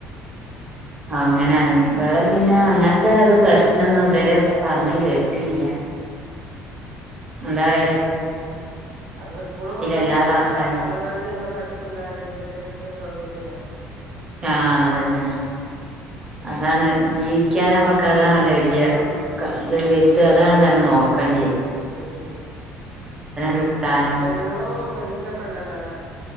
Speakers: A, on the right; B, on the right.
A: ആഹ് അങ്ങനേണ് ഇബടെ പിന്നെ അങ്ങൻത്തെ ഒരു പ്രശ്നൊന്നും ഇതെരെ പറഞേ കേട്ടില്ല. എന്താര
B: ഉം. അവിടെ സ്കൂളും മദ്രസും
A: എല്ലാ ക്ലാസ്സാരും
B: ഒക്കെ അങ്ങാടി ഞമ്മക്ക് അട ത്ത്ണ്ടായാ ജീവിതത്തില് ഏറ്റവും സൗകര്യയെല്ലേ?
A: ആഹ് അതന്നെ. അതാണ് ജീവിക്കാനമ്മക്ക് അതാണല്ലോ വല്ല്യ
B: ഉം
A: ക ഇത് വെൽത് അതാണല്ലോ നമ്മള് നോക്കേണ്ടിയെ?
B: ഉം. ഉം
A: കിട്ടാനോ
B: വെള്ളവും വെളിച്ചൊക്കെണ്ടല്ലോ ലേ?